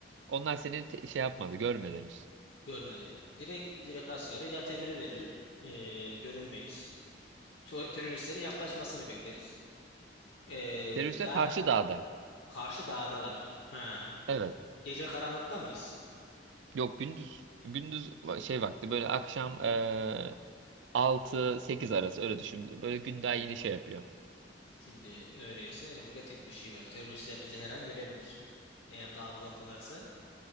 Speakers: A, on the right; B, on the left.
A: Onlar seni te- şey yapmadı görmediniz.
B: Görmedi. Direkt direkt askere yat emri veririm. Ee, görünmeyiz. to- teröristlerin yaklaşmasını bekleriz. Ee,
A: Teröriste
B: za
A: karşı dağda.
B: karşı dağdalar. Ha.
A: Evet.
B: Gece karanlıkta mıyız?
A: Yok gündüz gündüz va- şey vakti böyle akşam eee 6-8 arası öyle düşün. Böyle gün daha yeni şey yapıyor.
B: Şimdi öyleyse yapacak tek bir şey var. Teröristler bizi her an görebilir. Eğer daha da uzaktalarsa.